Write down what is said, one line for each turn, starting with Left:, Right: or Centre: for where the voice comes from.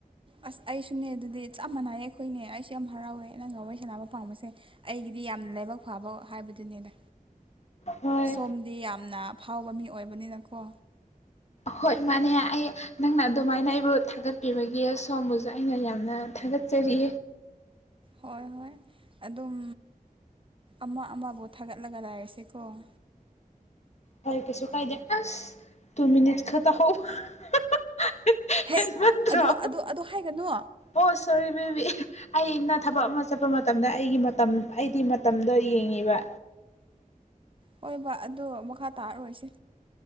Right: ꯑꯁ ꯑꯩꯁꯨꯅꯦ ꯑꯗꯨꯗꯤ ꯆꯞ ꯃꯥꯟꯅꯏꯌꯦ ꯑꯩꯈꯣꯏꯅꯦ ꯑꯩꯁꯨ ꯌꯥꯝ ꯍꯔꯥꯎꯋꯦ ꯅꯪ ꯉ ꯋꯥꯔꯤꯩ ꯁꯥꯟꯅꯕ ꯄꯥꯕꯁꯦ ꯑꯩꯒꯤꯗꯤ ꯌꯥꯝꯅ ꯂꯥꯏꯕꯛ ꯐꯕ ꯍꯥꯏꯕꯗꯨꯅꯦꯅꯦ
Left: ꯍꯣꯏ
Right: ꯁꯣꯝꯗꯤ ꯌꯥꯝꯅ ꯐꯥꯎꯕ ꯃꯤ ꯑꯣꯏꯕꯅꯤꯅ ꯀ
Left: ꯍꯣꯏ ꯃꯥꯅꯦ ꯑꯩ ꯅꯪꯅ ꯑꯗꯨꯃꯥꯏꯅ ꯕꯨ ꯊꯥꯒꯠꯄꯤꯕꯒꯤ ꯁꯣꯝꯕꯨꯁꯨ ꯑꯩꯅ ꯌꯥꯝꯅ ꯊꯥꯒꯠꯆꯔꯤ
Right: ꯍꯣꯏ - ꯍꯣꯏ ꯑꯗꯨꯝ ꯑꯃ ꯑꯃꯕꯨ ꯊꯥꯒꯠꯂꯒ ꯂꯩꯔꯥꯁꯤꯀꯣ ꯫
Left: ꯍꯣꯏ ꯀꯩꯁꯨ ꯀꯥꯏꯗꯦ ꯑꯁ ꯇꯨ ꯃꯤꯅꯤꯠꯁ ꯈꯛꯇ ꯍꯧ <unintelligible>
Right: ꯍꯦ
Left: ꯍꯦꯟꯃꯟꯗꯔꯣ
Right: ꯑꯗꯨ ꯑꯗꯨ ꯑꯗꯨ ꯍꯥꯏꯒꯅꯨ
Left: ꯑꯣ ꯁꯣꯔꯤ ꯕꯦꯕꯤ ꯑꯩꯅ ꯊꯕꯛ ꯑꯃ ꯆꯠꯄ ꯃꯇꯝꯗ ꯑꯩꯒꯤ ꯃꯇꯝ ꯑꯩꯗꯤ ꯃꯇꯝꯗꯣ ꯌꯦꯡꯉꯤꯕ꯫
Right: ꯍꯣꯏꯕ ꯫ ꯑꯗꯣ ꯃꯈꯥ ꯇꯥꯔꯔꯣꯏꯁꯦ꯫